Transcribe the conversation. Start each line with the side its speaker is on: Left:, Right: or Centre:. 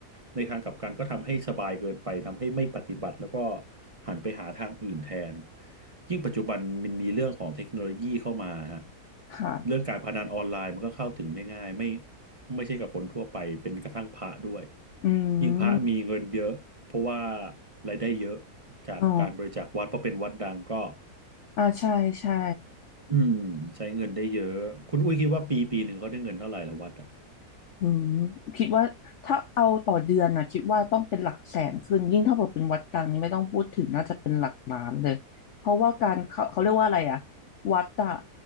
Right: ในทางกลับกันก็ทำให้สบายเกินไปทำให้ไม่ปฏิบัติแล้วก็หันไปหาทางอื่นแทนยิ่งปัจจุบันมันมีเรื่องของเทคโนโลยีเข้ามาฮะ
Left: ค่ะ
Right: เรื่องการพนันออนไลน์มันก็เข้าถึงได้ง่ายไม่ไม่ใช่กับคนทั่วไปเป็นกระทั่งพระด้วย
Left: อืม
Right: ยิ่งพระมีเงินเยอะเพราะว่ารายได้เยอะจากการบริจาควัดเพราะเป็นวัดดังก็
Left: อ๋อ อ่าใช่ใช่
Right: อืมใช้เงินได้เยอะคุณอุ้ยคิดว่าปีปีหนึ่งเขาได้เงินเท่าไหร่ละวัดอะ
Left: อืมคิดว่าถ้าเอาต่อเดือนนะคิดว่าต้องเป็นหลักแสนขึ้นยิ่งถ้าเกิดเป็นวัดดังนี่ไม่ต้องพูดถึงน่าจะเป็นหลักล้านเลยเพราะว่าการเขาเขาเรียกว่าอะไรอะวัดอะ